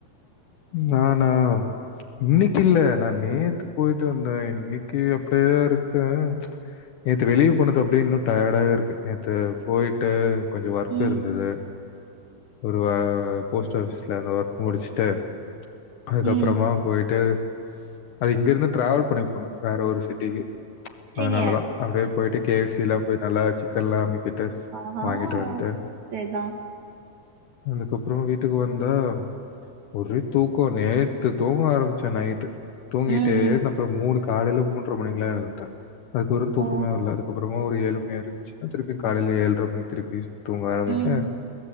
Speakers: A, on the left (about 70°); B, on the right (about 60°).
A: ஞானா இன்னிகி இல்ல நா நேத்து பொய்ட்டு வந்தே இன்னிக்கு அப்டியே இருக்கு நேத்து வெளிய போனது அப்டியே இன்னு டயர்டாவே இருக்கு நேத்து போய்ட்டு கொஞ்ச ஒர்க்
B: ம்
A: இருந்தது ஒரு வா போஸ்ட் ஆபிஸ்ல அந்த ஒர்க் முடிச்சுட்டு அதுகப்றமா
B: ம்
A: பொய்ட்டு அது இங்க இருந்து ட்ராவல் பண்ணி போனு வேற ஒரு சிட்டிக்கு
B: சீனியர்
A: அதனாலதா அப்டியே பொய்ட்டு கே எஃப் சி லா போய் நல்லா சிக்கன்லா அமிகிட் டுஸ்
B: ஆஹா
A: வாங்கிட்டு வந்து
B: சேர்தான்
A: அதுக்கப்றோ வீட்டுக்கு வந்தா ஒரே தூக்கோ நேத்து தூங்க ஆரம்ச்சே நைட்டு தூங்கிட்டே
B: ம் ம்
A: இருந்தே அப்றோ மூணு காலேல மூன்ற மணிகுலா எழுந்துட்டே அதுக்கப்றோ தூக்கமே
B: ஓ
A: வல்ல அதுக்கப்றோமா ஒரு ஏழு அன்நேரோ வரைக்கு முழிச்சிருந்தே திருப்பியு காலேல ஏழ்ற மணிக்கி திருப்பி தூங்க ஆரம்ச்சே
B: ம்